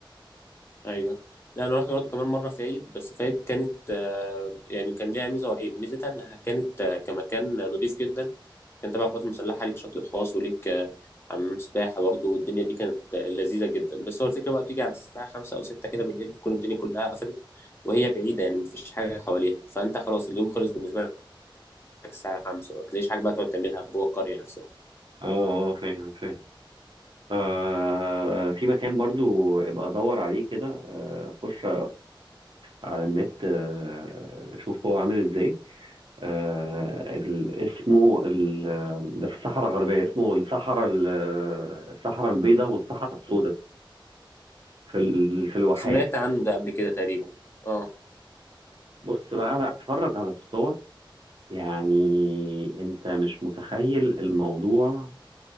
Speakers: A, on the left; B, on the right.
A: ايوه لا انا رحت برضه كمان مره فايد بس فايد كانت آه، يعني كان ليها ميزه وعيب ميزتها انها كانت آه، كمكان نضيف جدا كان تبع القوات المسلحه ليك شاطئ خاص وليك آه، حمام سباحه برضه والدنيا دي كانت آه، لذيذه جدا بس هو الفكره بقى بتيجي على الساعه خمسة او ستة كده بالليل بتكون الدنيا كلها قفلت وهي بعيده يعني مفيش حاجه حواليها فانت خلاص اليوم خلص بالنسبه لك الساعه 5 ما بتلاقيش حاجه بقى تقعد تعملها في جوه القريه نفسها
B: اه اه آه، فاهم فاهم آه آه، في مكان برضو ابقى ادور عليه كده آه خش على النت آه شوف هو عامل ازاي آه ال- اسمه ال ده في الصحراء الغربيه اسمه الصحراء ال- الصحراء البيضاء والصحراء السوداء في ال- في الواحات
A: سمعت عنه ده قبل كده تقريبا اه
B: بص بقى لا اتفرج على الصور يعني انت مش متخيل الموضوع